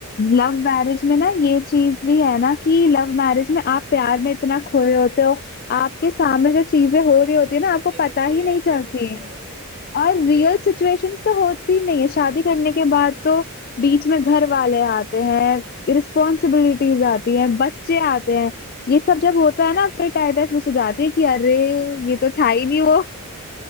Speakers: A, on the left; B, on the right.
A: लव मैरिज में ना ये चीज भी है ना कि लव मैरिज में आप प्यार में इतना खोए होते हो
B: <laughs>
A: आपके सामने जो चीजें हो रही होती है ना
B: वो
A: आपको
B: नहीं
A: पता
B: दिखती
A: ही
B: है
A: नहीं
B: नहीं
A: चलती
B: दिखती है भाई
A: और
B: वही
A: रियल सिचुएशंस
B: हम्म,
A: तो होती ही नहीं है शादी करने के बाद तो बीच में घर वाले आते हैं रिस्पॉन्सिबिलिटीज
B: हम्म।
A: आती हैं बच्चे आते हैं ये सब जब होता है ना फिर टाइटस हो जाती है कि अरे
B: <laughs>
A: ये तो था ही नहीं वो